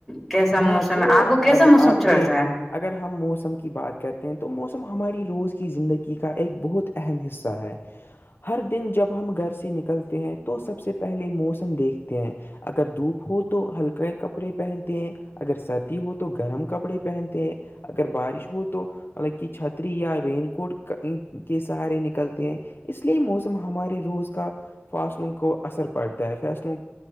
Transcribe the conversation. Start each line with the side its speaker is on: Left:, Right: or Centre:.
Centre: کیسا
Left: ہاں
Centre: موسم
Left: تو
Centre: ہے آپ کو
Left: اگر
Centre: کیسا موسم
Left: آپ
Centre: چلتا
Left: نے
Centre: ہے
Left: اگر ہم موسم کی بات کرتے ہیں تو موسم ہماری روز کی زندگی کا ایک بہت اہم حصہ ہے ہر دن جب ہم گھر سے نکلتے ہیں تو سب سے پہلے موسم دیکھتے ہیں اگر دھوپ ہو تو ہلک کپڑے پہنتے ہیں اگر سردی ہو تو گرم کپڑے پہنتے ہیں اگر بارش ہو تو مطب کی چھتری یا رین کوٹ کے سہارے نکلتے ہیں اس لیے موسم ہمارے روز کا فاصلوں کو اثر پڑتا ہے فاصلوں